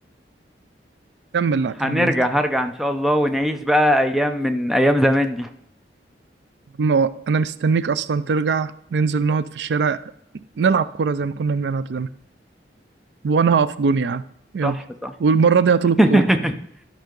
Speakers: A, on the right (about 75°); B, in the centre.
A: كمل لا كمل
B: هنرجع
A: انت
B: هرجع ان شاء الله ونعيش بقى ايام من ايام زمان دي
A: ما- انا مستنيك اصلا ترجع ننزل نقعد في الشارع نلعب كورة زي ما كنا بنلعب زمان وأنا هقف جون يا عم يلا
B: صح صح
A: والمرة دي هطول
B: <laughs>
A: الكورة